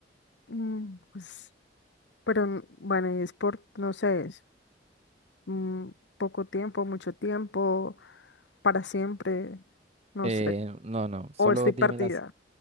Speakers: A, on the left; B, on the right.
A: Mm, pues, pero n- bueno, y es por, no sé, es, mm, poco tiempo, mucho tiempo, para siempre, no
B: Eh,
A: sé.
B: no, no, solo
A: O estoy partida.
B: dímelas.